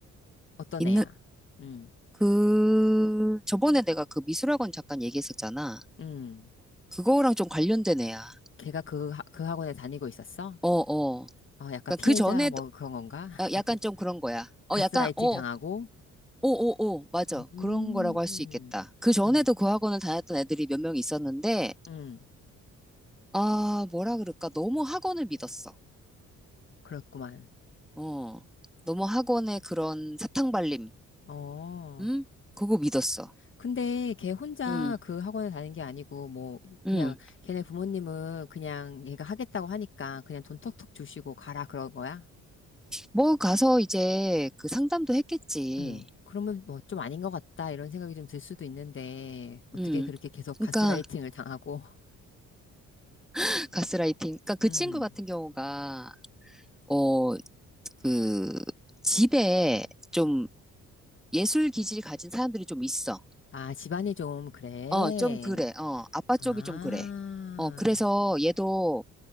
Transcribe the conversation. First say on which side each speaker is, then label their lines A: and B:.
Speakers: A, on the left; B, in the centre.
A: 어떤
B: 있는,
A: 애야? 응,
B: 그, 저번에 내가 그 미술학원 잠깐 얘기했었잖아.
A: 응.
B: 그거랑 좀 관련된 애야.
A: 걔가 그, 하- 그 학원에 다니고 있었어?
B: 어, 어.
A: 어, 약간
B: 그러니까
A: 피해자
B: 그 전에도,
A: 뭐 그런 건가?
B: 아, 약간
A: <laughs>
B: 좀 그런 거야.
A: 가스라이팅
B: 어, 약간, 어,
A: 당하고?
B: 오, 오, 오, 맞아.
A: 음,
B: 그런 거라고 할 수 있겠다. 그 전에도
A: 응,
B: 그 학원을 다녔던 애들이 몇 명 있었는데,
A: 응.
B: 아, 뭐라 그럴까. 너무 학원을 믿었어.
A: 그렇구만.
B: 어. 너무 학원의 그런 사탕발림,
A: 어.
B: 응? 그거 믿었어.
A: 근데 걔 혼자
B: 응,
A: 그 학원에 다닌 게 아니고 뭐
B: 응.
A: 그냥 걔네 부모님은 그냥 얘가 하겠다고 하니까 그냥 돈 턱턱 주시고 가라 그런 거야?
B: 뭐 가서 이제 그 상담도 했겠지.
A: 음, 그러면 뭐 좀 아닌 것 같다 이런 생각이 좀 들 수도 있는데 어떻게
B: 음.
A: 그렇게 계속
B: 그러니까
A: 가스라이팅을 당하고
B: <laughs> 가스라이팅.
A: <laughs>
B: 그러니까 그 친구
A: 음.
B: 같은 경우가 어, 그 집에 좀 예술 기질 가진 사람들이 좀 있어.
A: 아, 집안이 좀 그래.
B: 어, 좀 그래. 어, 아빠 쪽이
A: 아.
B: 좀 그래. 어, 그래서 얘도